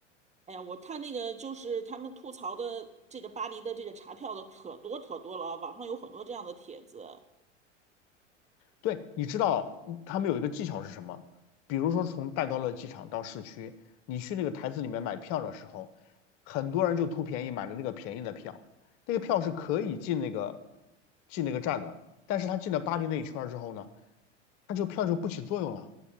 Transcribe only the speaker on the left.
对，你知道嗯他们有一个技巧是什么？比如说从戴高乐机场到市区，你去那个台子里面买票的时候，很多人就图便宜买了那个便宜的票，那个票是可以进那个进那个站的，但是他进了巴黎那一圈儿之后呢，他就票就不起作用了。